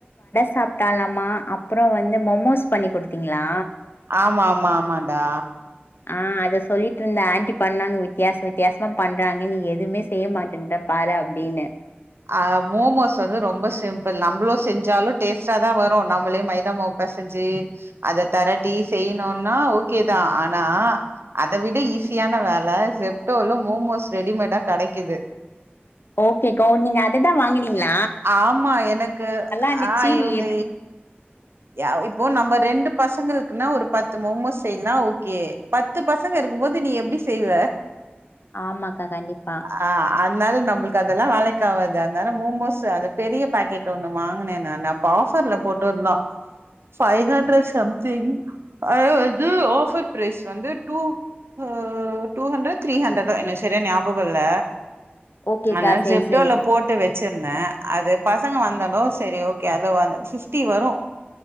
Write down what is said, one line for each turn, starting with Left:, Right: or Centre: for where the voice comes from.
Left: சாப்டாலாமா அப்றோ வந்து மொமோஸ் பண்ணி குடுத்தீங்களா
Right: ஆமா ஆமா ஆமான்டா
Left: ஆ அத சொல்லிட்டு இருந்தே ஆன்டி பண்ணாங்க வித்தியாச வித்தியாசமா பண்றாங்க நீ எதுமே செய்ய மாட்டேன்ட பாரு அப்டின்னு
Right: ஆ மோமோஸ் வந்து ரொம்ப சிம்பிள் நம்பளு செஞ்சாலு டேஸ்ட்டாதா வரு நம்மளே மைதா மாவு பெசஞ்சு அத தரட்டி செய்யணுனா ஓகேதா ஆனா அத விட ஈஸியான வேல செப்டோல்லு மோமோஸ் ரெடிமேடா கெடைக்குது
Left: ஓகே கோ நீங்க அ அததா வாங்குனீங்ளா
Right: ஆமா எனக்கு
Left: இருந்துச்சு
Right: ஆ இவுங்க
Left: நீ எப்டி
Right: எ இப்போ நம்ம ரெண்டு பசங்களுக்குனா ஒரு பத்து மோமோஸ் செய்னா ஓகே பத்து பசங்க இருக்கும் போது நீ எப்டி செய்வ
Left: ஆமாக்கா கண்டிப்பா
Right: ஆ அதுனால நம்மளுக்கு அதல்லா வேலக் காவாது அதுனால மோமோஸு அது பெரிய பாக்கெட் ஒண்ணு வாங்குனே நானு அப்ப ஆஃபர்ல போட்டு இருந்தோ ஃபைவ் ஹன்ரட் சம்திங் அ இது ஆஃபர் ப்ரைஸ் வந்து டூ அ டூ ஹன்ரடா த்ரீ ஹன்ரடோ எனக் சரியா ஞாபகோ இல்ல
Left: ஓகேக்கா
Right: அதுனால
Left: சேரி
Right: ஜெப்டோல
Left: சேரி
Right: போட்டு வச்சிருந்தே அது பசங்க வந்தாலு சரி ஓகே அழுவாத ஃபிப்டி வரு